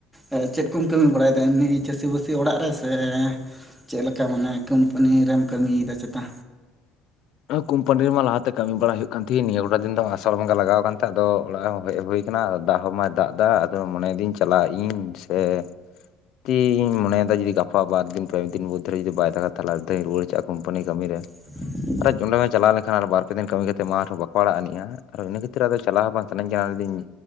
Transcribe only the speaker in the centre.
ᱮ ᱪᱮᱫ ᱠᱚᱢ ᱠᱟᱹᱢᱤ ᱵᱟᱲᱟᱭᱮᱫᱟ ᱮᱢᱱᱤ ᱪᱟᱹᱥᱤᱼᱵᱟᱹᱥᱤ ᱚᱲᱟᱜ ᱨᱮ ᱥᱮ ᱪᱮᱫ ᱞᱮᱠᱟ ᱢᱟᱱᱮ ᱠᱳᱢᱯᱟᱱᱤ ᱨᱮᱢ ᱠᱟᱹᱢᱤᱭᱫᱟ ᱪᱮᱛᱟ?
<inaudible>